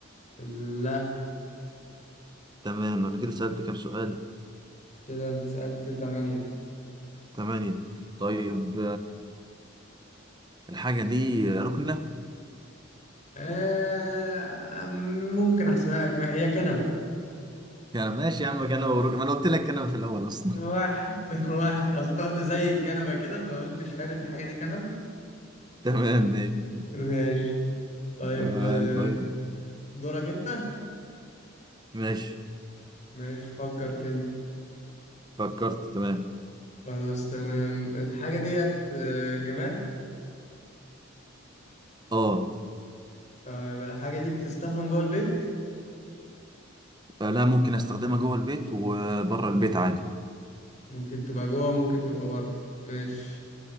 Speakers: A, on the left; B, on the right.
A: لا
B: تمام انا كده سالت كام سؤال
A: كده انت سألت تمانية
B: تمانية طيب الحاجة دي ركنة
A: آه ممكن احسبها لك ما- هي كنبة
B: يعني ماشي يا عم كنبة وركنة ما انا قلت لك كنبة في الأول أصلا
A: واحد <laughs> واحد اصل انت قلت زي الكنبة كده ما قلتش هل الحاجة دي كنبة
B: <laughs> تمام ماشي
A: <laughs> ماشي طيب
B: آه،
A: آه،
B: طيب
A: دورك انت
B: ماشي
A: ماشي فكر كده
B: فكرت تمام
A: خلاص تمام الحاجة ديت آه، جماد
B: اه
A: طيب الحاجة دي بتستخدم جوه البيت
B: آه، لا ممكن استخدمها جوه البيت وبره البيت عادي
A: ممكن تبقى جوه ممكن تبقى بره ماشي